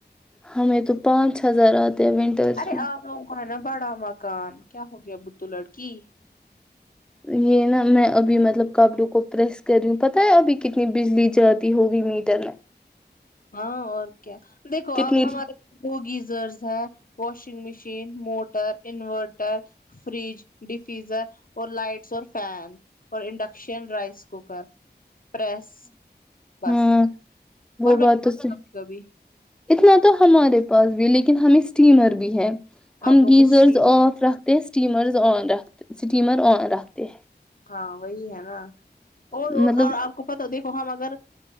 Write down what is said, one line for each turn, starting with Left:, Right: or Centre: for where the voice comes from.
Centre: ہمیں تو پانچ ہزار آتا تو ونٹرس
Left: ارے
Centre: میں
Left: آپ لوگوں کو ہے نا بڑا مکان کیا ہو گیا بدھو لڑکی
Centre: یہ نا میں ابھی مطلب کبڑوں کو پریس کر رہی ہوں پتا ہے ابھی کتنی بجلی جاتی ہوگی میٹر میں
Left: ہاں اور کیا دیکھو اب
Centre: کتنی
Left: ہمارے بوگیز زرز ہے واشنگ مشین مو ر انورٹر فریج ڈیفیزر اور لائٹس اور فین اور انڈکشن رائس کوکر پس بس
Centre: ہاں وہ
Left: اور
Centre: بات تو صحیح
Left: کبھی
Centre: اتنا تو ہمارے پاس بھی ہے لیکن ہمیں اسٹیمر بھی ہے ہم
Left: آپ لوگوں
Centre: گیزرز
Left: کو اسٹیمر
Centre: آف رکھتے اسٹیمرز آ رکھ اسٹیمر آن رکھتے
Left: ہاں وہی ہے نا
Centre: ہیں
Left: اور اور
Centre: مطلب
Left: آپ کو پتا دیکھو ہم اگر